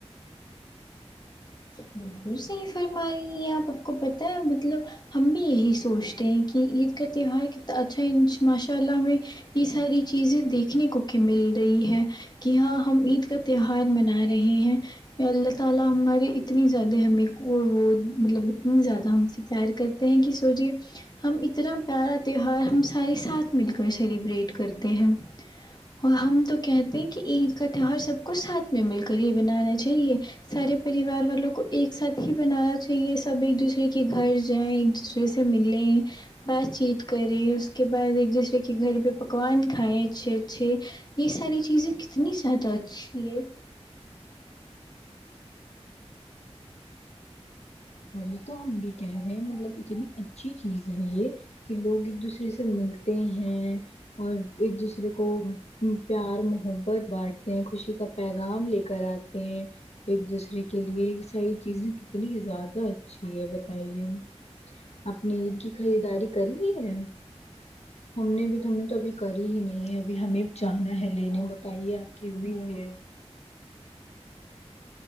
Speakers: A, on the left; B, on the left.
A: بالکل صحیح فرم رہ آپ آپ کو پتا ہے مطلب ہم بھی یہی سوچتے ہیں کہ عید کا تہوار کتنا اچھا ہے ماشاء اللہ میں یہ ساری چیزیں دیکھنے کو کہ مل رہی ہے کہ ہاں ہم عید کا تہوار منا رہے ہیں اللہ تالی ہمارے اتنی زیادہ ہمیں وہ مطلب اتنی زیادہ ہم سے پیر کرتے ہیں کہ سوچے ہم اتنا پیارا تیوار ہم سارے ساتھ مل کر سیلیبریٹ کرتے ہیں اور ہم تو کہتے ہیں کہ عید کا تیوار سب کو ساتھ میں مل کر ہی بنانا چاہیے سارے پ پریوار والوں کو ایک ساتھ ہی بنانا چاہیے سب ایک دوسرے کے گھر جائیں ایک دوسرے سے ملیں بات چیت کریں اس کے بعد ایک دوسرے کے گھر پہ پکوان کھائائے اچھے اچھے یہ ساری چیزیں کتنی زیادہ اچھی ہے
B: <inaudible> <inaudible> وہی تو ہم بھی کہہ رہے ہیں مطلب اتنی اچھی چیز ہے یہ کہ لوگ ایک دوسرے سے ملتے ہیں اور ایک دوسرے کو پیار محبت بانٹ خوشی کا پیغام لے کر آتے ہیں ایک دوسرے کے لیے یہ ساری چیزیں کتنی زیادہ اچھی ہے بتائیے اپنی عید کی خریداری کر لی ہے ہم نے بھی تو ہم نے تو ابھی کری ہی نہیں ہے ابھی ہمیں جانا ہے لینے بتائیے آپ کی ہو بھی ہے